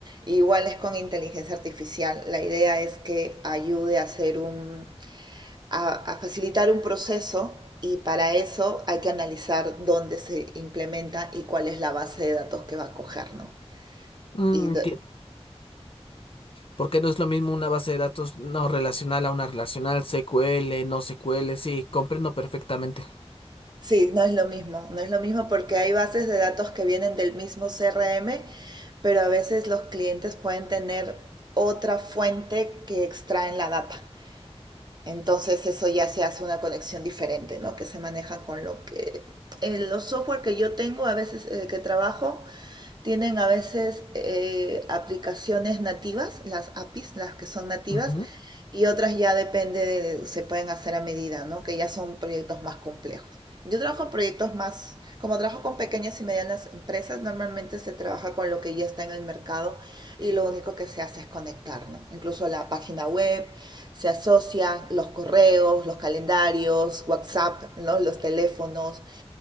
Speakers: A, on the right (about 40°); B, on the left (about 55°).
A: Igual es con inteligencia artificial. La idea es que ayude a hacer un, a, a facilitar un proceso y para eso hay que analizar dónde se implementa y cuál es la base de datos que va a coger, ¿no?
B: Mm,
A: Y
B: ti- Porque no es lo mismo una base de datos no relacional a una relacional, SQL, no SQL, sí, comprendo perfectamente.
A: Sí, no es lo mismo, no es lo mismo porque hay bases de datos que vienen del mismo CRM, pero a veces los clientes pueden tener otra fuente que extraen la data. Entonces eso ya se hace una conexión diferente, ¿no? Que se manejan con lo que... eh, los software que yo tengo, a veces eh, que trabajo, tienen a veces eh, aplicaciones nativas, las APIs, las que son nativas,
B: Ujú.
A: y otras ya depende de, se pueden hacer a medida, ¿no? Que ya son proyectos más complejos. Yo trabajo en proyectos más, como trabajo con pequeñas y medianas empresas, normalmente se trabaja con lo que ya está en el mercado y lo único que se hace es conectar, ¿no? Incluso la página web se asocia, los correos, los calendarios, WhatsApp, ¿no? Los teléfonos,